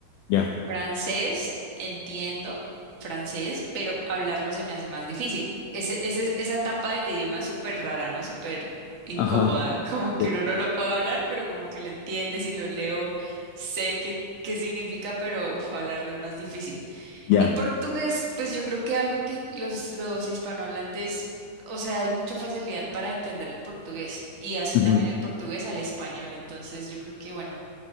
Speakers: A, on the left (about 85°); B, on the right (about 40°).
A: ya.
B: Francés, entiendo francés, pero hablarlo se me hace más difícil. Ese, ese- esa etapa del idioma es súper rara, ¿no? Súper incómoda,
A: Ajá,
B: <laughs> como que
A: sí,
B: uno no lo puede hablar, pero como que lo entiendes y lo leo, sé qué, qué significa, pero uf, hablarlo es más difícil.
A: ya.
B: Y portugués, pues yo creo que algo que los, los hispanohablantes, o sea, hay mucha facilidad para entender el portugués y así
A: Ujú.
B: también el portugués al español, entonces yo creo que bueno,